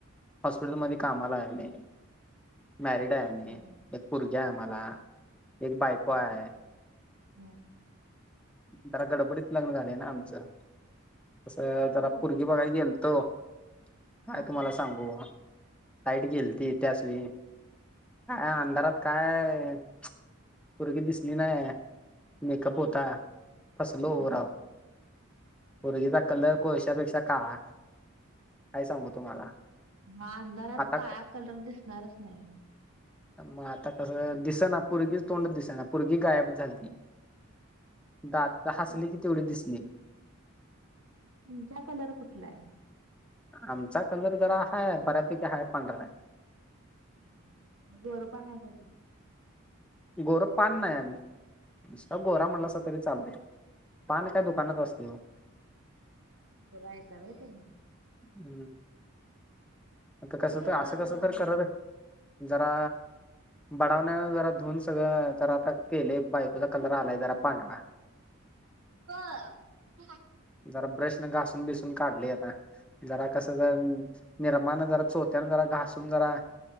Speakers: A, in the centre; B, on the right.
A: हॉस्पिटल मध्ये कामाला आहे आम्ही. मॅरिड आहे आम्ही.
B: हं.
A: एक पूरगी आहे आम्हाला. एक बायको
B: बर.
A: आहे
B: हम्म.
A: जरा गडबडीत लग्न झालंय ना आमचं, कसं जरा
B: होय.
A: पोरगी बघायला गेलतो काय
B: हा.
A: तुम्हाला सांगू? लाईट गेलंती त्याच वेळी. काय अंधारात काय पुरगी दिसली नाही. मेकअप होता, फसलो
B: हा.
A: ओ राव. पोरगीचा
B: हम्म.
A: कलर कोळशापेक्षा काळा, काय सांगू तुम्हाला.
B: म अंधारात
A: आता
B: काळा कलर दिसणारच नाही.
A: मग आता कसं दिसना पुरगीच तोंडच दिसना, पुरगी गायबच झालती. दात हसली
B: तुम्ही
A: की तेवढीच दिसले.
B: तुमचा कलर कुठला आहे?
A: आमचा कलर जरा हाय बऱ्यापैकी हाय पांढरा आहे.
B: हम्म गोरपानं आहे सा तुम्ही?
A: गोरं पान नाही आम्ही, नुसता गोरा म्हणलासा तरी चालंतेय, पान काय दुकानात असते हो.
B: गोरं आहेस का नाही तुम्ही?
A: हम्म, आता कसं
B: बर
A: तर असं कसं
B: बर.
A: तर करत जरा बडावण्या जरा धुून सगळं जरा आता केले, बायकोचा कलर आलाय जरा पांढरा.
B: हो, हं हा.
A: जरा ब्रश नं घासून- बिसून काढले आता जरा कस जर मानं जरा चोथ्याने जरा घासून जरा,